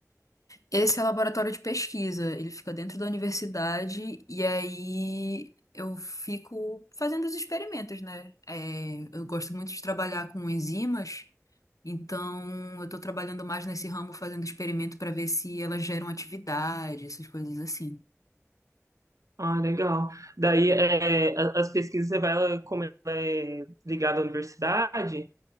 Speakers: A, on the left (about 85°); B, on the right (about 75°).
A: Esse é o laboratório de pesquisa, ele fica dentro da universidade e aí eu fico fazendo os experimentos, né? É, eu gosto muito de trabalhar com enzimas, então eu estou trabalhando mais nesse ramo fazendo experimento para ver se elas geram atividade, essas coisas assim.
B: Ah, legal. Daí, é, a- as pesquisas, você vai, ela- como ela é ligada à universidade,